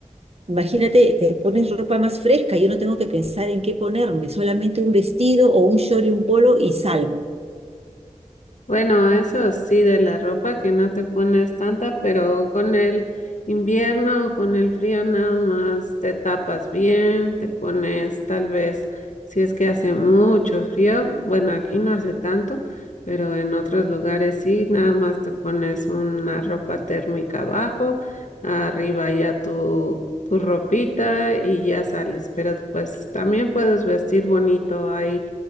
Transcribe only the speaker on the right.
Imagínate, te pones ropa más fresca, yo no tengo que pensar en qué ponerme, solamente un vestido o un short y un polo y salgo.